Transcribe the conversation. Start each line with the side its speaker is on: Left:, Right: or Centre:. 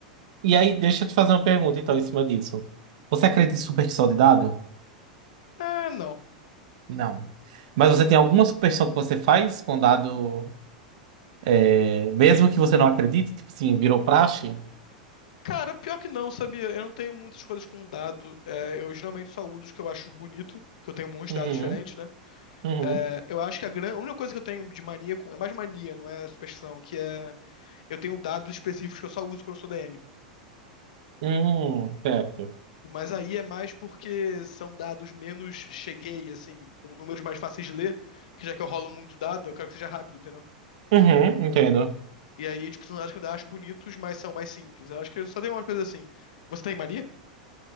Right: E aí, deixa eu te fazer uma pergunta, então, em cima disso. Você acredita em superstição de dado?
Left: É, não.
Right: Não. Mas você tem alguma superstição que você faz com dado, é, mesmo que você não acredite, tipo assim, virou praxe?
Left: Cara, pior que não, sabia? Eu não tenho muitas coisas com dado. É, eu geralmente só uso os que eu acho bonito, que eu tenho muitos
Right: Uhum,
Left: dados diferentes, né?
Right: uhum,
Left: É, eu acho que a, gran... a única coisa que eu tenho de mania com. É mais mania, não é superstição, que é. Eu tenho dados específicos que eu só uso quando eu sou DM.
Right: uhum, certo.
Left: Mas aí é mais porque são dados menos cheguei, assim, com números mais fáceis de ler, que já que eu rolo muito dado, eu quero que seja rápido, entendeu?
Right: Uhum, entendo.
Left: E aí, de personagens que eu ainda acho bonitos, mas são mais simples. Eu acho que eu só tem umas coisas assim. Você tem mania?